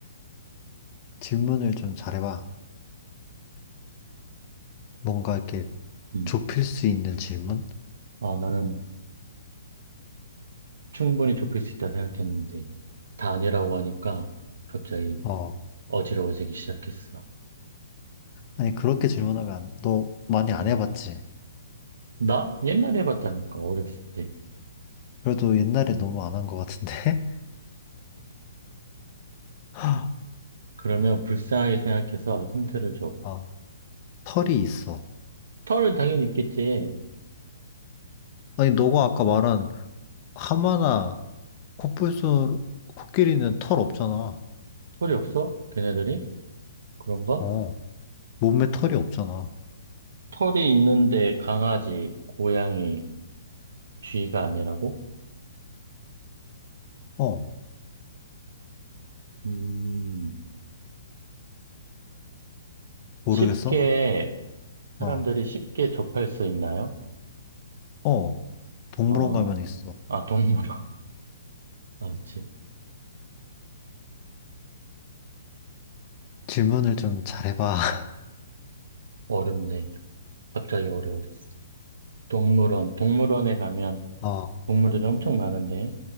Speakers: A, on the left (about 30°); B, on the right (about 75°).
A: 질문을 좀 잘해봐. 뭔가 이렇게
B: 음.
A: 좁힐 수 있는 질문?
B: 아, 나는 충분히 좁힐 수 있다 생각했는데, 다 아니라고 하니까 갑자기
A: 어,
B: 어지러워지기 시작했어.
A: 아니,
B: 음.
A: 그렇게 질문하면 안- 너 많이 안
B: 음.
A: 해봤지?
B: 나 옛날에 해봤다니까, 어렸을 때.
A: 그래도 옛날에 너무 안 한 것 같은데? <laughs>
B: 그러면 불쌍하게 생각해서 힌트를 줘봐.
A: 어 털이 있어.
B: 털은 당연히 있겠지.
A: 아니, 너가 아까 말한 하마나 코뿔소, 코끼리는 털 없잖아.
B: 털이 없어? 걔네들이? 그런가?
A: 어, 몸에 털이 없잖아.
B: 털이 있는데 강아지, 고양이, 쥐가 아니라고?
A: 어,
B: 음,
A: 모르겠어?
B: 쉽게 사람들이
A: 어,
B: 쉽게 접할 수 있나요?
A: 어, 동물원
B: 어,
A: 가면 있어.
B: 아, 동물원. <laughs> 아, 그치.
A: 질문을 좀 잘해봐. <laughs>
B: 어렵네. 갑자기 어려워졌어. 동물원. 동물원에 가면
A: 어,
B: 동물들이 엄청 많은데.